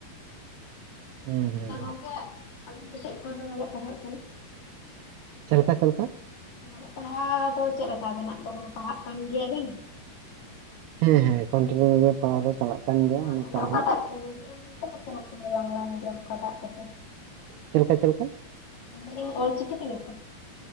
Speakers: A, on the right; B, on the left.
A: ᱦᱩᱸ ᱦᱩᱸ
B: ᱟᱨ ᱜᱚᱝᱠᱮ ᱟᱵᱮᱱ ᱫᱚ ᱪᱮᱫ ᱠᱚᱵᱮᱱ ᱚᱞᱚᱜ ᱯᱟᱲᱦᱟᱜ ᱠᱟᱱᱟ?
A: ᱪᱮᱫ ᱞᱮᱠᱟ ᱪᱮᱫ ᱞᱮᱠᱟ?
B: ᱚᱞᱚᱜ ᱯᱟᱲᱦᱟᱣ ᱫᱚ ᱪᱮᱫ ᱞᱮᱠᱟ ᱟᱵᱱᱟᱜ ᱫᱚ ᱠᱳᱱᱳ ᱯᱟᱲᱦᱟᱜ ᱠᱟᱱ ᱜᱮᱭᱟᱵᱮᱱ?
A: ᱦᱮᱸ ᱦᱮᱸ ᱠᱚᱱᱴᱤᱱᱤᱭᱩ ᱜᱮ ᱯᱟᱲᱦᱟᱣ ᱫᱚ ᱪᱟᱞᱟᱜ ᱠᱟᱱ ᱜᱮᱭᱟ
B: ᱚ,
A: ᱱᱚᱝᱠᱟ
B: ᱛᱚᱵᱮ ᱚᱠᱟᱴᱟ
A: ᱦᱚᱸ
B: ᱛᱮ ᱢᱤᱰᱤᱭᱟᱢ ᱛᱮ ᱥᱮ ᱵᱟᱝᱞᱟ ᱢᱤᱰᱤᱭᱟᱢ? ᱚᱠᱟᱴᱟᱜ ᱠᱚᱛᱮ,
A: ᱪᱮᱫ ᱞᱮᱠᱟ ᱪᱮᱫ ᱞᱮᱠᱟ
B: ᱢᱮᱱᱫᱟᱹᱧ ᱚᱞᱪᱤᱠᱤ ᱛᱮᱜᱮ ᱛᱚ?